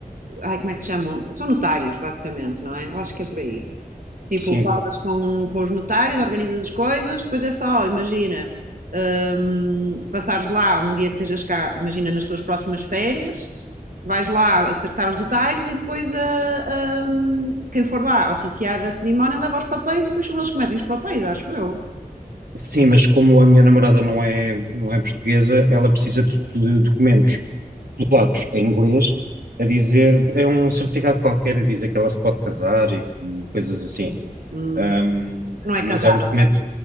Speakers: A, on the right (about 65°); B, on the right (about 85°).
A: ai, como é que se chamam? São notários, basicamente, não é? Eu acho que é por aí. Tipo,
B: sim,
A: falas com, com os notários, organizas as coisas, depois é só, imagina, hum, passares lá um dia que estejas cá, imagina nas tuas próximas férias, vais lá acertar os detalhes e depois a, a- quem for lá oficiar a cerimónia leva os papéis e depois são eles que metem os papéis, acho eu.
B: sim, mas como a minha namorada não é, não é portuguesa, ela precisa de, de documentos. polacos em inglês a dizer, é um certificado qualquer a dizer que ela se pode casar e, e coisas assim.
A: Hum,
B: Ahm,
A: não é
B: mas
A: casada.
B: é um documento,